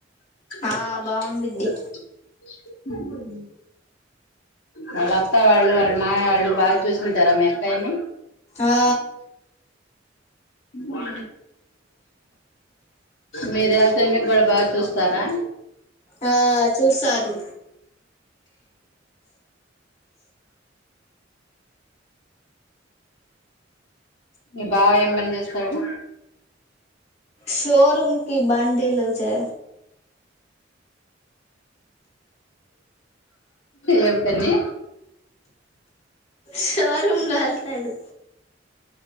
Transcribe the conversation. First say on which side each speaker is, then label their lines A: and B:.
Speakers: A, on the left (about 80°); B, on the left (about 35°).
A: ఉం
B: ఆ బావుండిద్ది
A: వాళ్ళ అత్తా వాళ్ళు వాళ్ళ మామయ్య వాళ్ళు బాగా చూసుంటారా మీ అక్కయ్యని
B: ఆ
A: ఊ మీర వెళ్తే మీకు కూడా బా చూస్తారా
B: ఆ చూస్తారు
A: మీ బావ ఏం పని చేస్తాడు
B: షోరూంకి బండిలు చే
A: ఏం పని
B: షోరూంల ఎళ్తాడు